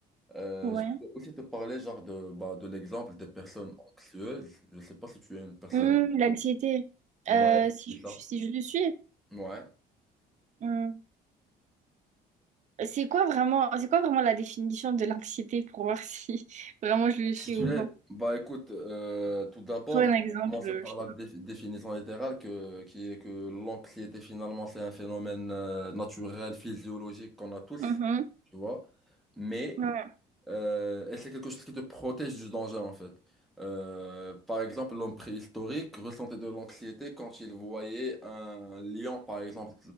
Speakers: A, in the centre; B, on the right (about 45°).
A: Euh,
B: ouais.
A: je voulais aussi te parler genre de, bah, de l'exemple des personnes anxieuses. Je sais pas si tu es une personne.
B: Mm, l'anxiété.
A: Ouais,
B: Euh, si
A: c'est ça.
B: je, si je le suis.
A: Ouais.
B: Mm. C'est quoi vraiment, c'est quoi vraiment la définition de l'anxiété pour voir si <laughs> vraiment je le suis
A: Si tu
B: ou
A: es,
B: pas?
A: bah écoute, euh, tout d'abord,
B: Toi,
A: je
B: un
A: vais
B: exemple,
A: commencer
B: euh,
A: par
B: je
A: la
B: sais pas.
A: dé- définition littérale que, qui est que l'anxiété finalement c'est un phénomène euh, naturel, physiologique qu'on a tous,
B: Mhm.
A: tu vois. Mais
B: Ouais.
A: Euh, et c'est quelque chose qui te protège du danger en fait. Euh, par exemple, l'homme préhistorique ressentait de l'anxiété quand il voyait un lion par exemple